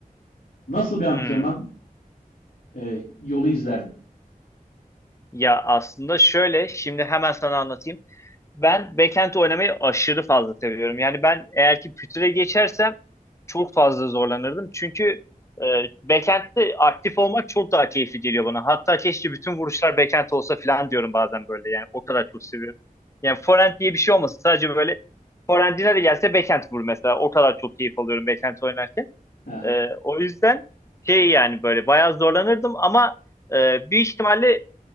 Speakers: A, on the left; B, on the left.
A: nasıl bir antrenman
B: Hmm.
A: e, yolu izlerdin?
B: Ya aslında şöyle şimdi hemen sana anlatayım. Ben backend oynamayı aşırı fazla seviyorum. Yani ben eğer ki pütüre geçersem çok fazla zorlanırdım. Çünkü e, backend'de aktif olmak çok daha keyifli geliyor bana. Hatta keşke bütün vuruşlar backend olsa falan diyorum bazen böyle. Yani o kadar çok seviyorum. Yani forend diye bir şey olmasın. Sadece böyle forendine de gelse backend vur mesela. O kadar çok keyif alıyorum backend oynarken.
A: Hı
B: E, o yüzden şey yani böyle bayağı zorlanırdım ama e, büyük ihtimalle